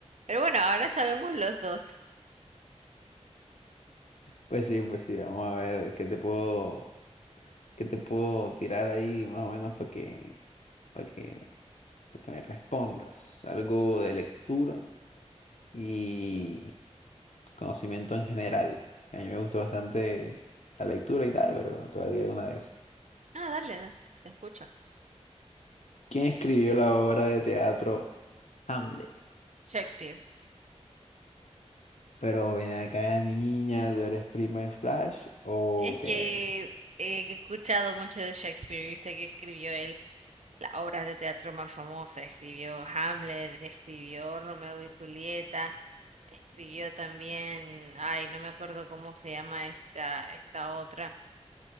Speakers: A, on the right; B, on the left.
A: Pero bueno, ahora sabemos los dos.
B: Pues sí, pues sí, vamos a ver qué te puedo, qué te puedo tirar ahí más o menos para que, para que, para que me respondas. Algo de lectura y conocimiento en general. A mí me gustó bastante la lectura y tal, pero te voy a tirar una de esas.
A: Ah, dale, te escucho.
B: ¿Quién escribió la obra de teatro Hamlet?
A: Shakespeare.
B: Pero ven acá, niña, ¿tú eres prima de Flash o
A: Es
B: qué?
A: que he escuchado mucho de Shakespeare, viste que escribió él las obras de teatro más famosas. Escribió Hamlet, escribió Romeo y Julieta, escribió también, ay, no me acuerdo cómo se llama esta, esta otra.